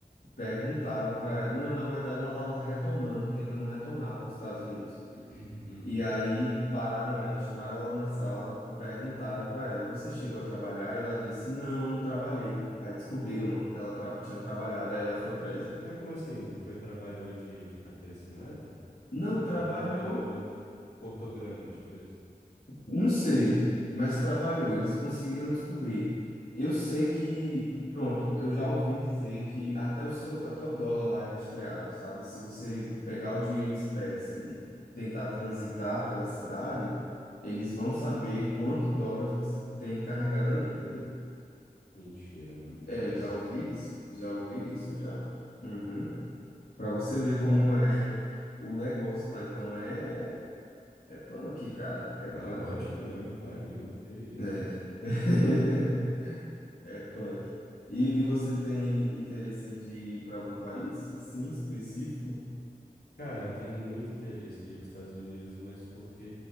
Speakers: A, on the left; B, on the left.
A: perguntaram para ela. Não, na verdade, ela estava retornando, tentando retornar para os Estados Unidos.
B: <clears throat> Hum.
A: E aí pararam ela, chamaram ela na sala e perguntaram para ela: Você chegou a trabalhar? E ela disse: Não, não trabalhei. Aí descobriram, mano, que ela tra- tinha trabalhado. Aí ela foi presa.
B: Mas como assim? Foi trabalhou de, de carteira assinada?
A: Não trabalhou.
B: Ou trabalhou cortograma, tipo isso?
A: Não sei, mas trabalhou, eles conseguiram descobrir. Eu sei que, pronto, eu já ouvi dizer que até o seu, até o dólar lá é rastreado, sabe? Se você pegar o dinheiro em espécie e tentar transitar pela cidade, eles vão saber quanto dólares você tem carregado ali, entendeu?
B: Mentira, mano. Não
A: É,
B: é possível.
A: já ouvi isso, já ouvi isso já. Uhum. Para você ver como é o negócio lá. Então é é punk, cara, é
B: Barrote
A: punk.
B: mesmo, barril, que isso.
A: É. <laughs> É punk. E, e você tem interesse de ir para algum país, assim, específico?
B: Cara, eu tenho muito interesse de ir para os Estados Unidos, mas porque